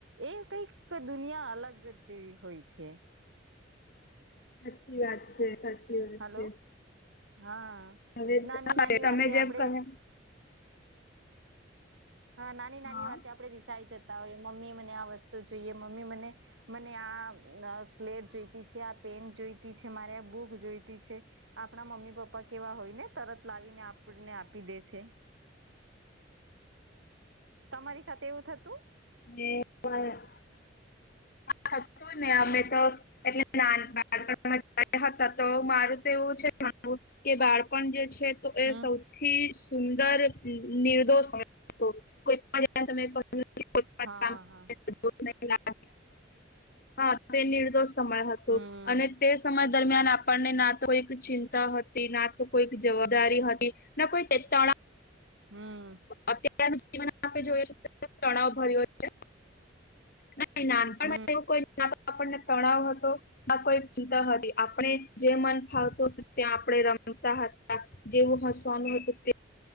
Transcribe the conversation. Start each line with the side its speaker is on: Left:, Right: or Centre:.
Right: એ કઈક દુનિયા અલગ જ જેવી હોય છે.
Left: સાચી વાત છે, સા ચી વાત
Right: હલો
Left: છે.
Right: હા
Left: અન <unintelligible>
Right: નાની નાની
Left: તમે
Right: વાતે
Left: જેમ
Right: આપણે
Left: કહ
Right: હા, નાની-નાની
Left: હા
Right: વાતે આપડે રીસાઈ જતા હોયે, મમ્મી મને આ વસ્તુ જોઈએ મમ્મી મને મને આ સ્લેટ જોઈતી છે, આ પેન જોઈતી છે, મારે આ બુક જોઈતી છે આપણા મમ્મી-પપ્પા કેવા હોય ને તરત લાવીને આપડને આપી દે છે. તમારી સાથે એવું થતું?
Left: એ <inaudible> <unintelligible> ને અમે તો એટલે નાન-નાનપણમાં જયારે હતા તો મારું તો એવું છે કે બાળપણ જે છે તો એ
Right: હમ
Left: સૌથી સુંદર નિર્દોષ હતો. ત્યા તમે <unintelligible>
Right: હા હા
Left: <inaudible> હા તે નિર્દોષ સમય હતો
Right: હમ
Left: અને તે સમય દરમિયાન આપણને
Right: હમ
Left: કોઈ ચિંતા હતી ના તો કોઈ જવાબદારી હતી ના કોઈ તણા
Right: હમ.
Left: અત્યારનું જીવન આપે જોઈ તણાવ ભર્યો છે. ના નાનપમાં
Right: હમ
Left: એવું કોઈ ના આપણને તણાવ હતો આ કોઈ ચિંતા હતી આપણે જે મન ફાવતું હતું ત્યા આપણે રમતા હતા. જેવું હસવાનું હતું તે.